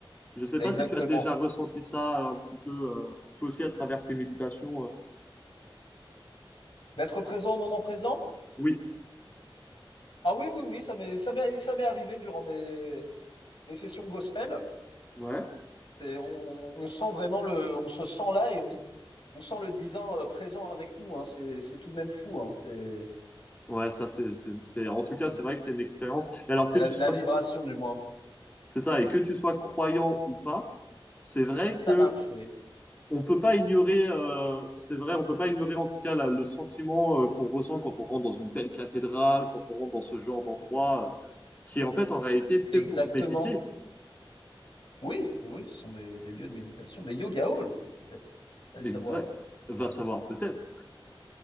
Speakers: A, on the left; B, on the left.
A: Je sais
B: Exactement.
A: pas si tu as déjà ressenti ça un petit peu, euh, toi aussi à travers tes méditations. euh.
B: D'être présent au moment présent?
A: Oui,
B: Ah oui, oui, oui, ça m'est, ça m'est, ça m'est arrivé durant mes, mes sessions gospel.
A: ouais.
B: C'est, on, on sent vraiment le, on se sent là et on, on sent le divin euh, présent avec nous, hein. C'est, c'est tout de même fou, hein. C'est,
A: Ouais, ça c'est, c'est, c'est, en tout
B: c'est,
A: cas, c'est vrai que c'est une expérience. Et alors que
B: c'est
A: tu
B: la, la
A: sois,
B: vibration, du moins.
A: c'est ça, et que tu sois croyant ou pas, c'est vrai
B: Ça
A: que
B: marche, oui.
A: on peut pas ignorer, euh, c'est vrai, on peut pas ignorer en tout cas la- le sentiment euh, qu'on ressent quand on rentre dans une belle cathédrale, quand on rentre dans ce genre d'endroit euh, qui est en fait en réalité fait
B: Exactement.
A: pour méditer.
B: Oui, oui, oui, ce sont des, des lieux de méditation, des yoga halls, peut-être. Allez
A: Exact.
B: savoir.
A: Va savoir peut-être.